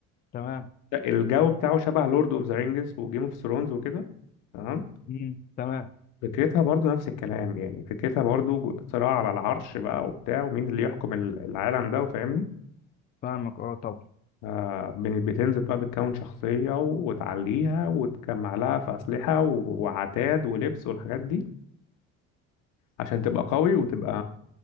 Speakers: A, on the left; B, on the left.
A: تمام
B: الجو بتاعه شبه لورد اوف ذا رينجز وجيم اوف ثرونز وكده تمام.
A: مم. تمام
B: فكرتها برضو نفس الكلام يعني فكرتها برضو جو- صراع على العرش بقى وبتاع ومين اللي يحكم ال- العالم ده وفاهمني
A: فاهمك اه طبعا
B: آه بن- بتنزل بقى بتكون شخصية وتعليها وتجمع لها في أسلحة و- وعتاد ولبس والحاجات دي عشان تبقى قوي وتبقى